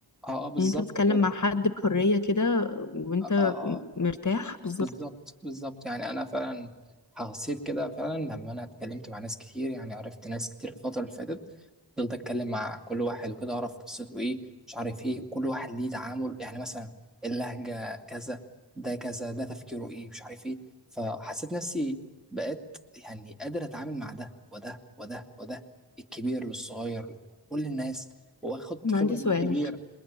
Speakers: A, in the centre; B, on the left.
A: اه اه بالظبط
B: يعني انت بتتكلم
A: كده
B: مع حد بحريه كده وانت
A: اه اه
B: م-
A: آه.
B: مرتاح بالظبط
A: بالظبط بالظبط يعني انا فعلا حسيت كده فعلا لما انا اتكلمت مع ناس كتير يعني عرفت ناس كتير الفتره اللي فاتت فضلت اتكلم مع كل واحد وكده اعرف قصته ايه مش عارف ايه وكل واحد ليه تعامل يعني مثلا اللهجه كذا ده كذا ده تفكيره ايه مش عارف ايه فحسيت نفسي بقيت يعني قادر اتعامل مع ده وده وده وده الكبير للصغير كل الناس واخد
B: انا
A: خبره
B: عندي سؤال
A: من الكبير